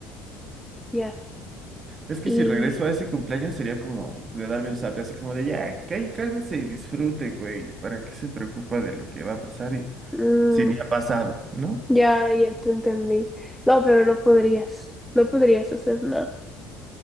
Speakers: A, in the centre; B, on the right.
A: Ya.
B: Es que
A: Y
B: si regreso a ese cumpleaños sería como de darme un zape, así como de ya, cá- cálmese y disfrute, güey. ¿Para qué se preocupa de lo que va a pasar y
A: mm,
B: si ni ha pasado, ¿no?
A: ya, ya te entendí. No, pero no podrías. No podrías hacer nada.